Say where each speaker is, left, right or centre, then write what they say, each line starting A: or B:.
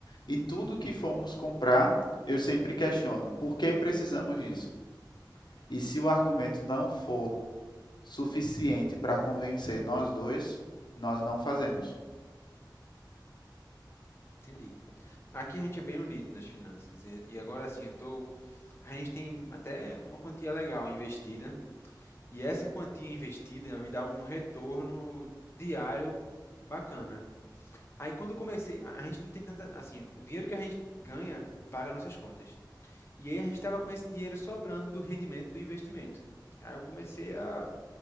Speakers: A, on the left (about 70°); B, on the left (about 30°).
A: E tudo que formos comprar, eu sempre questiono: por que precisamos disso? E se o argumento não for suficiente para convencer nós dois, nós não fazemos.
B: Entendi. Aqui a gente é bem unido nas finanças. E e agora assim, eu tô... a gente tem até uma quantia legal investida. E essa quantia investida me dá um retorno diário bacana. Aí quando eu comecei, a a gente não tem tanta. Assim, o dinheiro que a gente ganha paga nossas contas. E aí a gente estava com esse dinheiro sobrando do rendimento do investimento. Aí eu comecei a